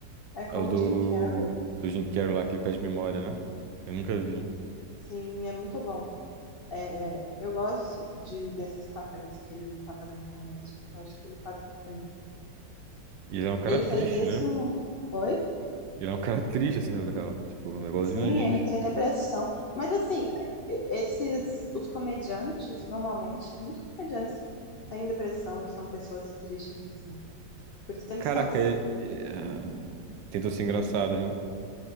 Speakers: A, on the left (about 65°); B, on the right (about 80°).
A: É com
B: É o do,
A: o Jim Carrey,
B: do Jim Carrey lá, que ele perde memória, né? Eu nunca vi.
A: sim, é muito bom. É, é, eu gosto de, desses papéis que ele não tá fazendo comédia. Eu acho que ele faz muito bem.
B: E ele é um cara
A: Ele
B: triste,
A: fez esse
B: né?
A: um. Oi?
B: Ele é um cara <laughs> triste, assim, na vida real. Tipo, é igualzinho
A: Sim,
B: a gente.
A: ele tem depressão. Mas assim, esses os comediantes, normalmente, muitos comediantes têm depressão e são pessoas tristes, assim. Por isso que eles
B: Caraca,
A: são
B: é, é, ah, tentam ser engraçados, né?